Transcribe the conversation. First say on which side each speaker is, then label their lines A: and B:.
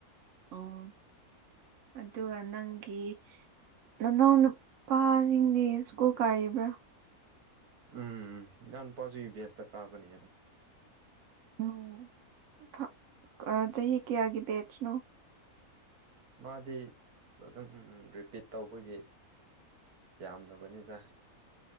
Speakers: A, on the right; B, on the right.
A: ꯑꯣ ꯑꯗꯨꯒ ꯅꯪꯒꯤ ꯅꯅꯥꯎ ꯅꯨꯄꯥꯁꯤꯡꯗꯤ ꯁ꯭ꯀꯨꯜ ꯀꯥꯔꯤꯕ꯭ꯔꯥ
B: ꯎꯝ ꯏꯅꯥꯎꯅꯨꯄꯥꯁꯨ ꯕꯦꯁꯇ ꯀꯥꯕꯅꯦ
A: ꯅꯪ ꯐꯥ ꯑꯥ ꯆꯍꯤ ꯀꯌꯥꯒꯤ ꯕꯦꯆꯅꯣ
B: ꯃꯥꯗꯤ ꯑꯁ ꯑꯗꯨꯝ ꯔꯤꯄꯤꯠ ꯇꯧꯕꯒꯤ ꯌꯥꯝꯗꯕꯅꯤꯗꯦ